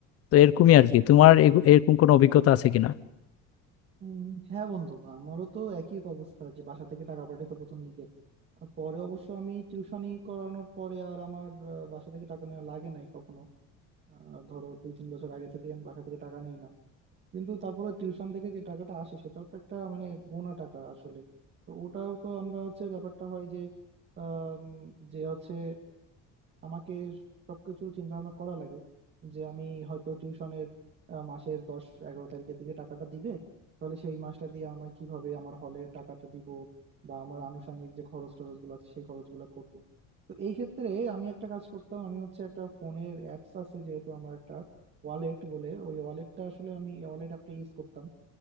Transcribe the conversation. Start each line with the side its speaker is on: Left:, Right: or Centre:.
Left: তো এরকমই আর কি তোমার এগু- এরকম কোনো অভিজ্ঞতা আছে কিনা
Right: উম, হ্যাঁ বন্ধু আমারও তো একই অবস্থা যে বাসা থেকে টাকা পাঠাতো প্রথম দিকে আর পরে অবশ্য আমি টিউশনি করানোর পরে আর আমার আহ, বাসা থেকে টাকা নেওয়া লাগে নাই কখনো আহ, ধরো দুই তিন বছর আগে থেকে আমি বাসা থেকে টাকা নেই না কিন্তু তারপরে টিউশন থেকে যে টাকাটা আসে সেটাও তো একটা মানে গোনা টাকা আসলে তো ওটাও তো আমরা হচ্ছে ব্যাপারটা হয় যে আম, যে হচ্ছে আমাকে সবকিছু চিন্তা ভাবনা করা লাগে যে আমি হয়তো টিউশনের মাসের দশ এগারো তারিখের দিকে টাকাটা দিবে তাহলে সেই মাসটা দিয়ে আমি কিভাবে আমার হলের টাকাটা দিব বা আমার আনুষঙ্গিক যে খরচ টরচ গুলো আছে সেই খরচগুলো করব তো এই ক্ষেত্রে আমি একটা কাজ করতাম আমি হচ্ছে একটা ফোনের অ্যাপস আছে যেহেতু আমার একটা ওয়ালেট বলে ওই ওয়ালেটটা আসলে আমি ওয়ালেট অ্যাপটা ইউজ করতাম